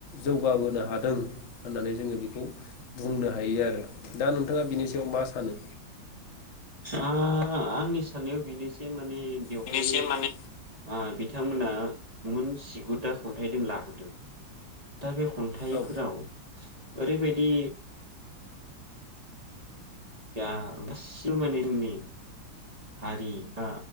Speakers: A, on the left (about 50°); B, on the right (about 20°).
A: जौगाबो नो हादों होननानै जोंङो बेखौ बुंनो हायो आरो दा नों थाङा बेनि सायाव मा सानो?
B: ओ आंनि साननायाव बेनो जे माने बे बेवहाय
A: बेनोसै माने
B: आ बिथांमोना मोन जिगु था खन्थाइजों लाबोदों। दा बे खन्थाइफोराव
A: औ
B: ओरैबायदि <unintelligible> हारि बा